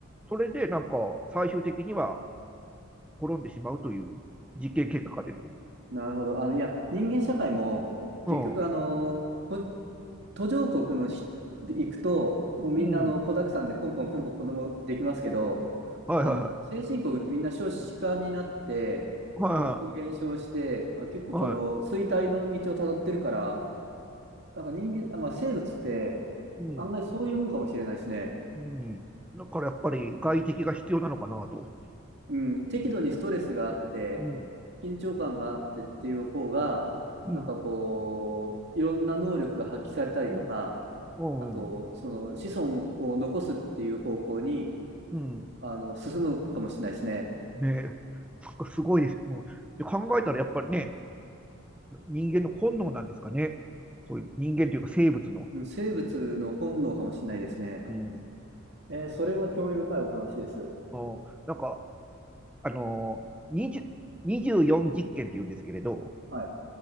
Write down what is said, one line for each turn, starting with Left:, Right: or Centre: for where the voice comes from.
Centre: それで、なんか、最終的には滅んでしまうという実験結果が出てる。
Right: なるほど。あの、いや、人間社会も、結局、
Centre: うん。
Right: あの、途途上国のし、で行くと、もうみんな、
Centre: うん。
Right: あの、子沢山でポンポンポンポン子供できますけど、
Centre: はいはいはい。
Right: あの、先進国ってみんな少子化になって、
Centre: は
Right: 人口減少して、あ、結構この衰退の道をたどってるから、
Centre: いはい。はい。
Right: なんか人間、あ、まあ、生物って、
Centre: うん。
Right: 案外そういうもんかもしれないですね。
Centre: うん。うん。だからやっぱり外敵が必要なのかなと。
Right: うん、適度にストレスがあって、
Centre: うん。
Right: 緊張感があってっていう方が、
Centre: うん。
Right: なんかこう、いろんな能力が発揮されたりとか、
Centre: うん。うん。
Right: あと、その子孫を残すっていう方向に、
Centre: うん。
Right: あの、進むかもしれないですね。
Centre: ねえ。そっかすごいです。うん、で考えたらやっぱりね、人間の本能なんですかね。そういう人間というか生物の。
Right: うん生物の本能かもしれないですね。
Centre: うん。
Right: えーそれは興味深いお話です。
Centre: あなんか、あのー、20 24実験って言うんですけれど、
Right: はい。